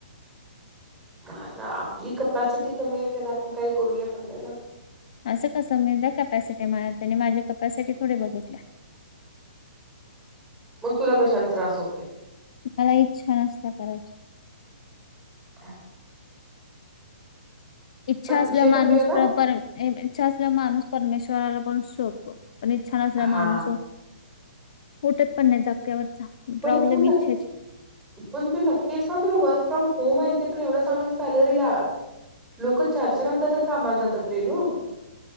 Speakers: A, in the centre; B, on the left (about 35°).
A: मग आता आपली कपॅसिटी कमी आहे त्याला आपण काही करू शकत नाही ना.
B: असं कसं मी त्या कपॅसिटी त्यांनी माझी कपॅसिटी थोडी बघितल्या.
A: मग तुला कशान त्रास होतोय?
B: मला इच्छा नसत्या करायची.
A: ह.
B: इच्छा असल्या
A: विषय
B: माणूस
A: बदलूया का
B: पर इच्छा असल्या माणूस परमेश्वराला पण शोधतो. पण इच्छा नसल्या
A: हा
B: माणूसो उठत पण नाही जाग्यावरचा
A: पण
B: प्रॉब्लेम
A: तू
B: इच्छाची
A: नक्की पण तू नक्की आहेस ना, तुला वर्क फ्रॉम होम आहे ते पण एवढं चांगलं सॅलरीला. लोक चार चार हजारात कामाला जातात रेनू